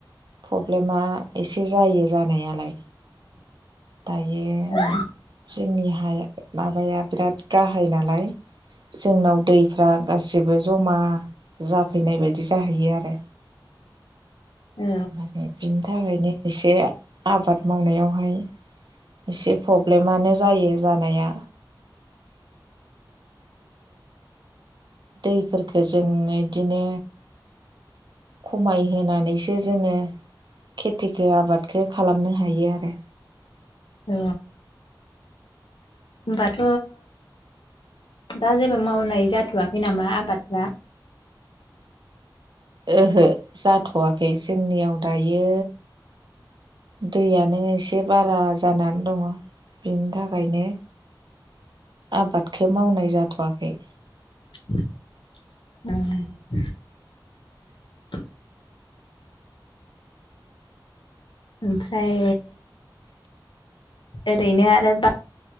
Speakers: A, on the right; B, on the left.
A: प्रब्लेमा एसे जायो जानायालाय। दायो
B: औ
A: जोंनि <unintelligible> माबाया बिराद गाहाय नालाय जोंनाव दैफ्रा गासिबो जमा जाफैनाय बायदि जाहैयो आरो।
B: औ
A: माने थाखायनो एसे आबाद मावनायावहाय एसे प्रब्लेमानो जायो जानाया। दैफोरफोरखो जों इदिनो खमायहोनैसो जोङो खेथिखौ आबादखौ खालामनो हायो आरो।
B: औ होनबाथ'। दा जेबो मावनाय जाथ'वाखै नामा आबादफ्रा?
A: ओहो जाथ'वाखै जोंनियाव दायो दै यानो एसे बारा जानानै दङ बिनि थाखायनो आबादखौ मावनाय जाथ'वाखै।
B: <inaudible> उम <inaudible> ओमफ्राय ओरैनो आरो बा